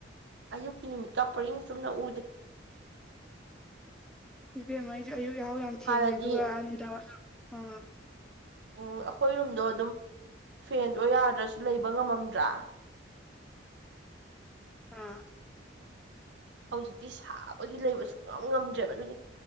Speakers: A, on the right (about 60°); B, in the centre.
A: ꯑꯌꯨꯛꯀꯤ ꯅꯨꯃꯤꯠꯀ ꯄꯔꯤꯡ ꯆꯨꯝꯅ ꯎꯗꯦ
B: ꯏꯕꯦꯝꯃ ꯑꯩꯁꯨ ꯑꯌꯨꯛ ꯌꯥꯍꯥꯎ ꯌꯥꯝ ꯊꯦꯡꯉꯦ
A: ꯍꯥꯟꯅꯗꯤ
B: ꯑꯗꯨꯒ ꯑꯗ ꯑ
A: ꯎꯝ ꯑꯩꯈꯣꯏ ꯔꯨꯝꯗꯣ ꯑꯗꯨꯝ ꯐꯦꯟꯗꯣ ꯌꯥꯗ꯭ꯔꯁꯨ ꯂꯩꯕ ꯉꯝꯃꯝꯗ꯭ꯔꯥ
B: ꯑꯥ
A: ꯍꯧꯖꯤꯛꯇꯤ ꯁꯥꯕꯒꯤ ꯂꯩꯕꯁꯨ ꯉꯝ ꯉꯝꯗ꯭ꯔꯦꯕ ꯑꯗꯨꯒꯤ